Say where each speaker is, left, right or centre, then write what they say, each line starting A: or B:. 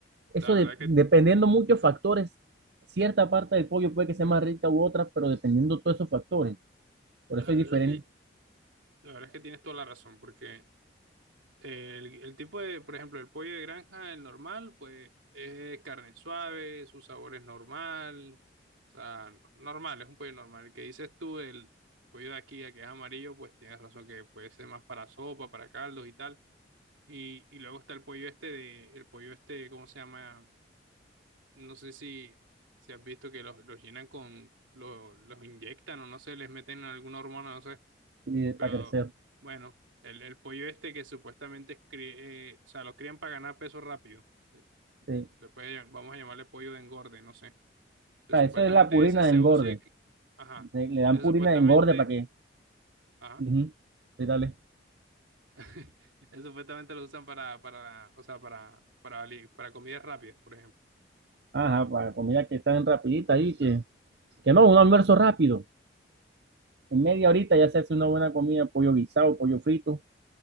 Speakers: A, on the right; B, on the right.
A: eso
B: la verdad
A: de-
B: que,
A: dependiendo muchos factores, cierta parte del pollo puede que sea más rica u otra, pero dependiendo todos esos factores, por
B: la
A: eso
B: verdad
A: hay diferentes
B: es que, la verdad es que tienes toda la razón, porque El, el tipo de, por ejemplo, el pollo de granja, el normal, pues es carne suave, su sabor es normal, o sea, no- normal, es un pollo normal. El que dices tú, el pollo de aquí, el que es amarillo, pues tienes razón que puede ser más para sopa, para caldos y tal. Y, y luego está el pollo este de, el pollo este, ¿cómo se llama? No sé si, si has visto que los, los llenan con, lo- los inyectan o no sé, les meten alguna hormona, no sé.
A: sí, para
B: Pero
A: crecer,
B: bueno, el, el pollo este que supuestamente es cri- eh, o sea, lo crían para ganar peso rápido. se-
A: sí.
B: le puede llam- vamos a llamarle pollo de engorde, no sé. Que
A: O
B: supuestamente
A: sea, eso es la purina
B: ese se
A: de engorde,
B: usa, y que- ajá,
A: le le dan
B: ese
A: purina
B: supuestamente,
A: de engorde para que,
B: ajá,
A: ujú, sí, dale.
B: <laughs> ese supuestamente lo usan para, para, o sea, para, para, li- para comidas rápidas, por ejemplo.
A: Ajá, para comida que están rapidita ahí, que Que no, un almuerzo rápido. En media horita ya se hace una buena comida, pollo guisado, pollo frito,